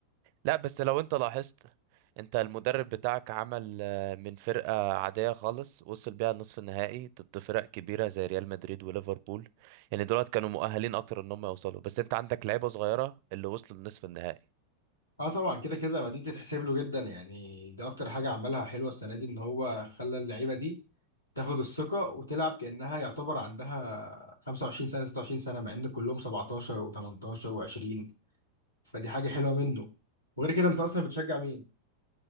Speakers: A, on the right (about 45°); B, on the left (about 80°).
A: لا بس لو انت لاحظت انت المدرب بتاعك عمل آه، من فرقة عادية خالص وصل بيها النصف النهائي ضد فرق كبيرة زي ريال مدريد وليفربول يعني دولت كانوا مؤهلين اكتر ان هم يوصلوا بس انت عندك لعيبة صغيرة اللي وصلوا لنصف النهائي
B: اه طبعا كده كده ما دي تتحسب له جدا يعني ده اكتر حاجه عملها حلوه السنه دي ان هو خلى اللعيبه دي تاخد الثقه وتلعب كانها يعتبر عندها 25 سنه 26 سنه مع ان كلهم 17 و18 و20 فدي حاجه حلوه منه وغير كده انت اصلا بتشجع مين